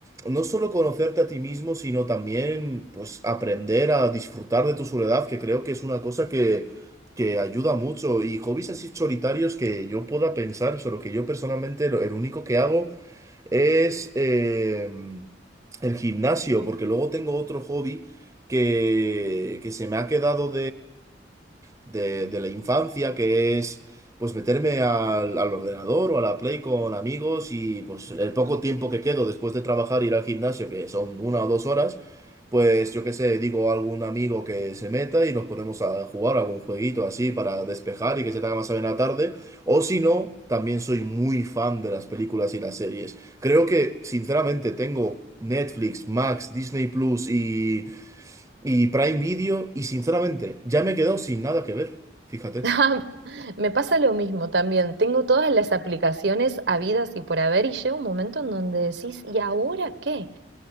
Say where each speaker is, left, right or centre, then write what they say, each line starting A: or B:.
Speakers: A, on the right (about 15°); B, on the right (about 75°).
A: no solo conocerte a ti mismo, sino también pues aprender a disfrutar de tu soledad, que creo que es una cosa que que ayuda mucho y hobbies así solitarios que yo pueda pensar, solo que yo personalmente lo- el único que hago es eh, el gimnasio, porque luego tengo otro hobby que, que se me ha quedado de, de la infancia, que es pues meterme al, al ordenador o a la Play con amigos y pues el poco tiempo que quedo después de trabajar, ir al gimnasio, que son una o dos horas, pues yo qué sé, digo a algún amigo que se meta y nos ponemos a jugar algún jueguito así para despejar y que se te haga más bien la tarde. O si no, también soy muy fan de las películas y las series. Creo que, sinceramente, tengo Netflix, Max, Disney Plus y y Prime Video y sinceramente ya me he quedado sin nada que ver. Fíjate,
B: Ah, Me pasa lo mismo también. Tengo todas las aplicaciones habidas y por haber y llega un momento en donde decís, ¿y ahora qué?